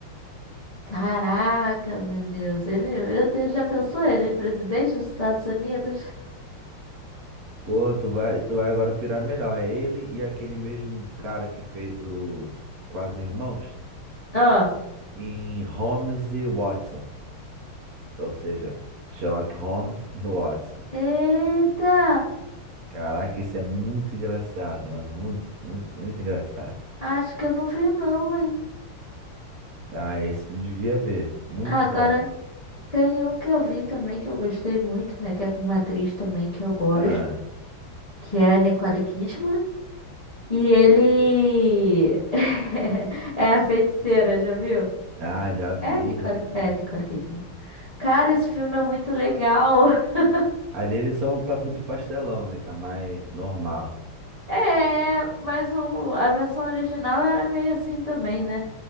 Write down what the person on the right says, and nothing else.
Pô, tu vai, tu vai agora pirar melhor. É ele e aquele mesmo cara que fez o Quase Irmãos
em Holmes e Watson. Ou seja, Sherlock Holmes e Watson.
Caraca, esse é muito engraçado, mano. Muito, muito, muito engraçado.
Ah, esse tu devia ver. Muito
bom.
Ah.
Ah, já vi,
já vi.
Ali ele só não tá muito pastelão, né? Tá mais normal.